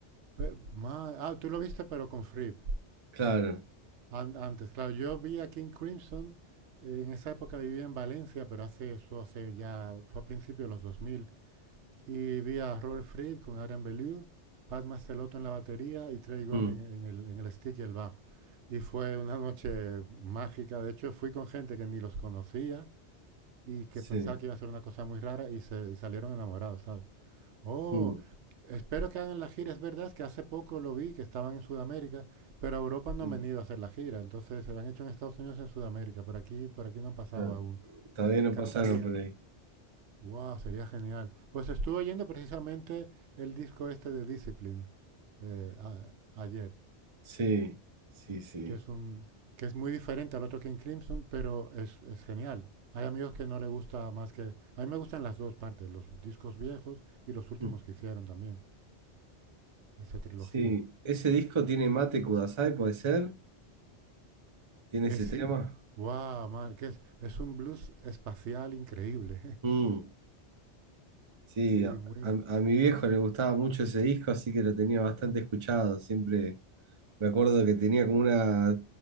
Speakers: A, on the right; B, on the right.
A: pe- ma- ah, tú lo viste pero con Fripp.
B: claro.
A: An- antes, claro, yo vi a King Crimson, eh, en esa época vivía en Valencia, pero hace eso, hace ya, fue a principios de los 2000. Y vi a Robert Fripp con Adrian Belew, Pat Mastelotto en la batería y Trey Gunn
B: Mm,
A: en, en el, en el stick y el bajo. Y fue una noche mágica. De hecho, fui con gente que ni los conocía y que
B: sí,
A: pensaba que iba a ser una cosa muy rara y se y salieron enamorados, ¿sabes? Oh,
B: mm,
A: espero que hagan la gira. Es verdad que hace poco lo vi, que estaban en Sudamérica, pero a Europa no
B: Sí,
A: han venido a hacer la gira. Entonces, se la han hecho en Estados Unidos, en Sudamérica. Por aquí, por aquí no han pasado
B: claro.
A: aún.
B: Todavía
A: Me
B: no
A: encantaría.
B: pasaron por ahí.
A: Wow, sería genial. Pues estuve oyendo precisamente el disco este de Discipline eh, a- ayer,
B: Sí, sí, sí.
A: que es un que es muy diferente al otro King Crimson, pero es, es genial. Hay amigos que no le gusta más que a mí me gustan las dos partes, los discos viejos y los últimos
B: Mm,
A: que hicieron también, esa trilogía.
B: Sí, ese disco tiene Mate Kudasai, puede ser. Tiene
A: Eh,
B: ese
A: sí.
B: tema.
A: Wow, madre, que es es un blues espacial increíble. <laughs>
B: Mm, sí,
A: Sí, muy
B: a, a-
A: bu-
B: a mi viejo le gustaba mucho ese disco, así que lo tenía bastante escuchado. Siempre me acuerdo que tenía como una,